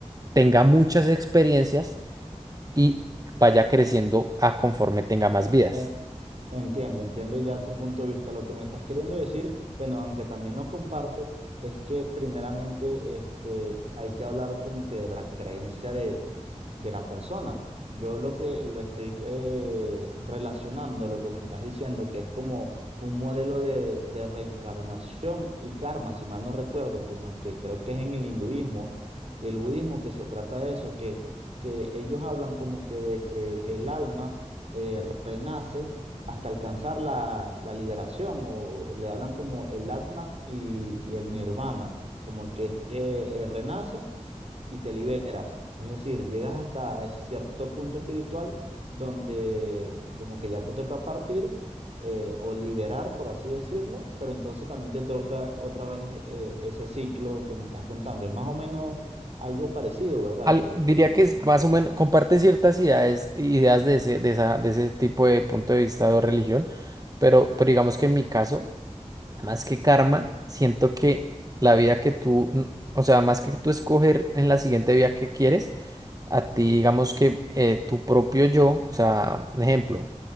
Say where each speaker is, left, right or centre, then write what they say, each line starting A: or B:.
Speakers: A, on the right; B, on the right.
A: tenga muchas experiencias y vaya creciendo a conforme tenga más vidas.
B: Ok. Entiendo, entiendo ya tu punto de vista. Lo que me estás queriendo decir, bueno, aunque también lo comparto, es que primeramente este, hay que hablar como que de la creencia de, de la persona. Yo lo que lo estoy eh, relacionando, lo que me estás diciendo, que es como un modelo de, de reencarnación y karma, si mal no recuerdo, como que creo que es en el hinduismo y el budismo que se trata de eso, que, que ellos hablan como que de que el alma eh, renace hasta alcanzar la, la liberación, o le hablan como el Atman y, y el Nirvana, como que es que, eh, renace y te liberas. Es decir, llegas hasta ese cierto punto espiritual donde como que ya te toca partir eh, o liberar, por así decirlo, pero entonces también te toca otra vez eh, ese ciclo que me estás contando. Es más o menos algo parecido, ¿verdad?
A: Al-
B: Que
A: diría
B: lo
A: que
B: que-
A: es
B: lo
A: más o menos, comparte ciertas ideas, ideas de ese, de esa, de ese tipo de punto de vista o religión, pero, pero digamos que en mi caso, más que karma, siento que la vida que tú, n- o sea, más que tú escoger en la siguiente vida que quieres, a ti digamos que eh, tu propio yo, o sea, un ejemplo.